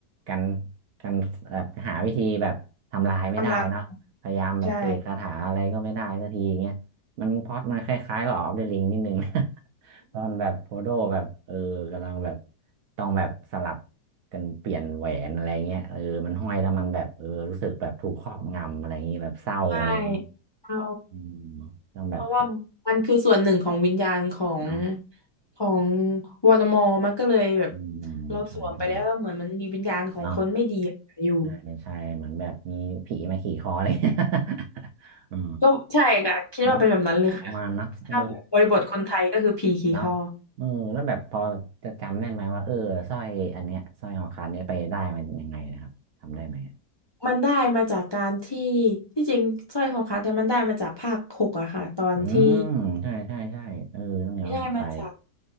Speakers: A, on the right; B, on the left.
A: กันกันแบบหาวิธีแบบทำลายไม่ได้เนาะพยายามแบบเสกคาถาอะไรก็ไม่ได้สักทีอย่างเงี้ย
B: กำลังใช่
A: มันพล็อตมันคล้ายๆหลอออฟเดลิงนิดนึงนะ <laughs> ตอนแบบโพโดแบบเออกำลังแบบต้องแบบสลับกันเปลี่ยนแหวนอะไรเงี้ยเออมันห้อยแล้วมันแบบเออรู้สึกแบบถูกครอบงำอะไรอย่างงี้แบบเศร้าอะไรอย่างงี้
B: ใช่เอา
A: อืมต้องแบบ
B: เพราะว่ามันคือส่วนหนึ่งของวิญญาณของ
A: เนาะ
B: ของวอร์มอมันก็เลยแบบ
A: อืมใช่ใช่
B: เราสวมไปแล้วเหมือนมันมีวิญญาณของคนไม่ดีอยู่
A: เนาะใช่ใช่เหมือนแบบมีผีมาขี่คอเลย <laughs> อ๋อ
B: ก็ใช่ค่ะคิดว่าเป็นแบบนั้นเลยค่ะ
A: เนาะประมาณนะเออ
B: ถ้าบริบทคนไทยก็คือผีขี่คอ
A: เนาะเออแล้วแบบพอจะจำได้ไหมว่าเออสร้อยอันเนี้ยสร้อยคอขาดเนี้ยไปได้มันยังไงนะครับทำได้ไหมอะ
B: มันได้มาจากการที่ที่จริงสร้อยคอคัดเนี่ยมันได้มาจากภาคหกอะค่ะตอนที่
A: อืมใช่ใช่ใช่เออต้องย้อนกลับไป
B: ไม่ได้มาจาก